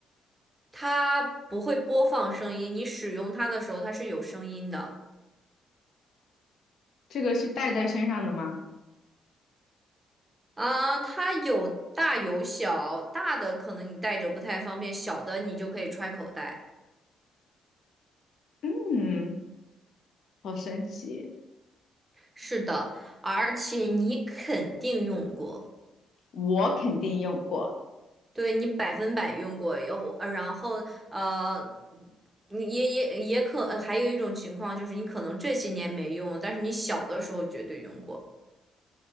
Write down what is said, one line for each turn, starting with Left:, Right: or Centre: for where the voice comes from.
Right: 它不会播放声音，你使用它的时候它是有声音的。
Left: 这个是戴在身上的吗？
Right: 啊，它有大有小，大的可能你带着不太方便，小的你就可以揣口袋。
Left: 嗯，好神奇，
Right: 是的，而且你肯定用过。
Left: 我肯定用过。
Right: 对你百分百用过，然后呃然后呃，你也也也可，呃还有一种情况就是你可能这些年没用，但是你小的时候绝对用过。